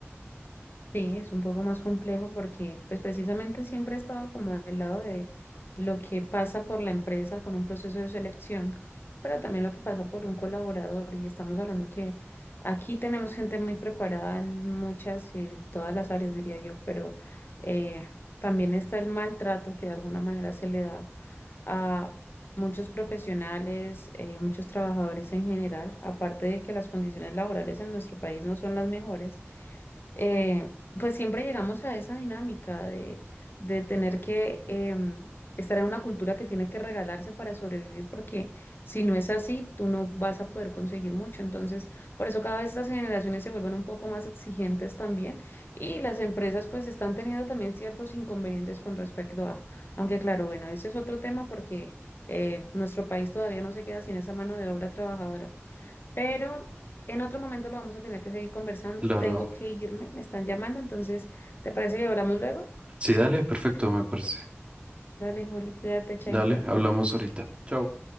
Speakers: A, on the left (about 50°); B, on the right (about 25°).
A: Sí, es un poco más complejo porque pues precisamente siempre he estado como del lado de lo que pasa por la empresa con un proceso de selección, pero también lo que pasa por un colaborador y estamos hablando que aquí tenemos gente muy preparada en muchas y en todas las áreas, diría yo, pero eh, también está el maltrato que de alguna manera se le da a muchos profesionales, eh, muchos trabajadores en general, aparte de que las condiciones laborales en nuestro país no son las mejores eh, pues siempre llegamos a esa dinámica de, de tener que em, estar en una cultura que tiene que regalarse para sobrevivir, porque si no es así, tú no vas a poder conseguir mucho. Entonces, por eso cada vez estas generaciones se vuelven un poco más exigentes también y las empresas pues están teniendo también ciertos inconvenientes con respecto a, aunque claro, bueno, ese es otro tema porque eh, nuestro país todavía no se queda sin esa mano de obra trabajadora. Pero en otro momento lo vamos a tener que seguir conversando.
B: Claro.
A: Tengo que irme, me están llamando, entonces, ¿te parece que hablamos luego?
B: Sí, dale, perfecto, me parece.
A: Dale, Juli, cuídate, chaito.
B: Dale, hablamos ahorita. Chao.